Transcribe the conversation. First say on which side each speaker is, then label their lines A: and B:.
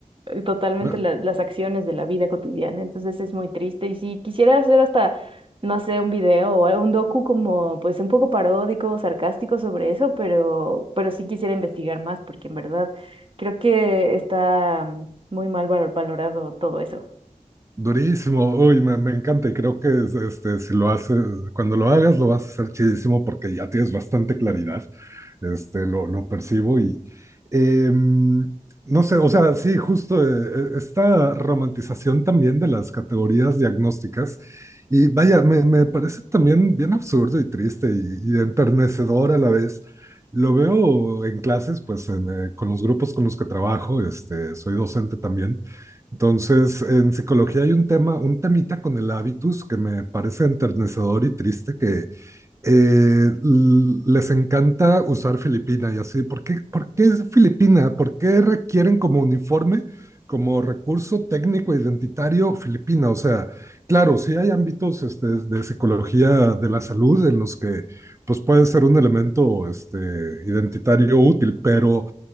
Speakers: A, on the right; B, on the right.
A: eh, totalmente
B: Eh,
A: la- las acciones de la vida cotidiana, entonces es muy triste y si quisiera hacer hasta, no sé, un video o algo- un docu como, pues un poco paródico, sarcástico sobre eso, pero, pero sí quisiera investigar más porque en verdad creo que está mm, muy mal valo- valorado todo eso.
B: Durísimo, uy, me, me encanta y creo que es, este, si lo haces, cuando lo hagas lo vas a hacer chidísimo porque ya tienes bastante claridad, este, lo, lo percibo y em, no sé, o sea, sí, justo eh, eh, esta romantización también de las categorías diagnósticas y vaya, me, me parece también bien absurdo y triste y, y enternecedor a la vez. Lo veo en clases, pues en, eh, con los grupos con los que trabajo, este, soy docente también. Entonces, en psicología hay un tema, un temita con el hábitus que me parece enternecedor y triste, que eh, l- les encanta usar Filipina y así. ¿Por qué, por qué es Filipina? ¿Por qué requieren como uniforme, como recurso técnico e identitario Filipina? O sea, claro, sí hay ámbitos este, de psicología de la salud en los que pues puede ser un elemento este, identitario útil, pero